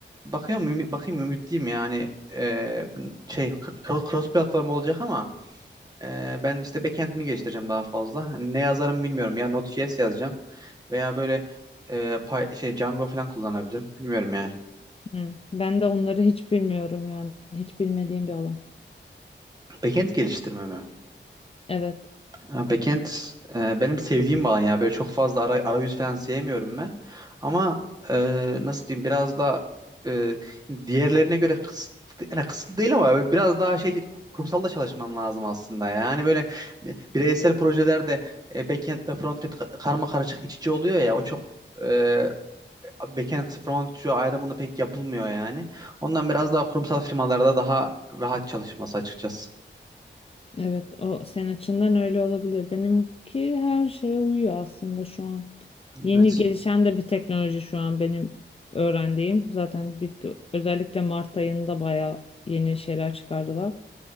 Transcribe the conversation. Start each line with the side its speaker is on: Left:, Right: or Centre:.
Right: Bakıyorum, ümi- bakayım ümitliyim yani E, şey cro- cross platform olacak ama e, ben işte backend'ini geliştireceğim daha fazla. Hani ne yazarım bilmiyorum ya Node.js yazacağım veya böyle e, Py- şey Django falan kullanabilirim. Bilmiyorum yani.
Left: Hı. Ben de onları hiç bilmiyorum yani. Hiç bilmediğim bir alan.
Right: Backend geliştirme mi?
Left: Evet.
Right: Ya Backend e, benim sevdiğim bir alan ya. Böyle çok fazla ara- arayüz falan sevmiyorum ben. Ama e, nasıl diyeyim biraz da e, diğerlerine göre kısıtlı, yani kısıtlı değil ama böyle biraz daha şey kurumsalda çalışman lazım aslında. Yani böyle bireysel projelerde e, backend'le frontend ka- karma karışık iç içe oluyor ya o çok e, backend frontend ayrımını pek yapılmıyor yani. Ondan biraz daha kurumsal firmalarda daha rahat çalışması açıkçası.
Left: Evet, o senin açından öyle olabilir. Benimki her şeye uyuyor aslında şu an. Yeni
Right: Evet.
Left: gelişen de bir teknoloji şu an benim öğrendiğim. Zaten bir, özellikle Mart ayında bayağı yeni şeyler çıkardılar.